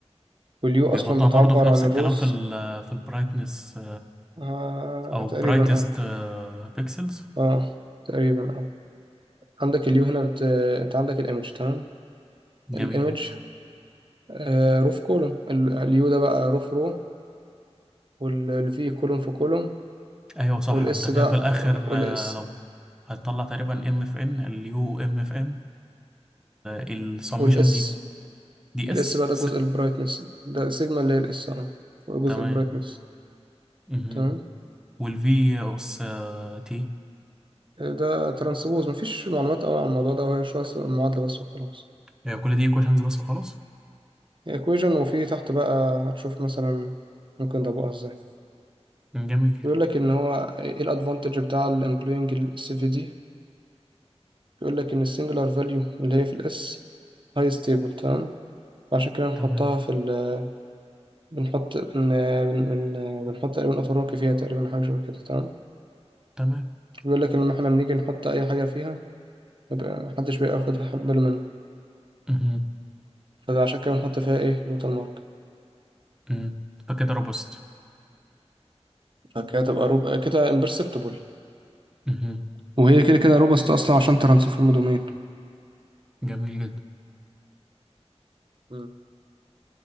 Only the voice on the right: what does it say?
واليو
اصلا بتعبر
عن
الروز
آه
تقريبا
اه
اه تقريبا اه عندك اليو هنا بت... انت عندك الايمج تمام الايمج
آه روف كولوم اليو ده بقى روف رو والفي كولوم في كولوم
والاس
ده
والاس
والاس
الاس
بقى ده
جزء البرايتنس ده سيجما اللي هي الاس اه هو
جزء البرايتنس
تمام
ده ترانسبوز مفيش معلومات قوي عن الموضوع ده وهي شوية المعادلة بس وخلاص
ايكويجن وفي تحت بقى هتشوف مثلا ممكن ده بقى ازاي
بيقول لك ان هو ايه الادفانتج بتاع الامبلوينج السي في دي بيقول لك ان السنجلر فاليو اللي هي في الاس هاي ستيبل تمام فعشان كده بنحطها
في ال بنحط بن... بن... بن... بنحط تقريبا اوتوروكي فيها تقريبا حاجة شبه كده تمام
بيقول لك لما احنا بنيجي نحط اي حاجة فيها يبقى محدش بياخد باله منه
فعشان كده بنحط فيها ايه لوتال مارك
فكده تبقى روب كده امبرسبتبل
وهي كده كده روبست اصلا عشان ترانسفورم دومين
مم.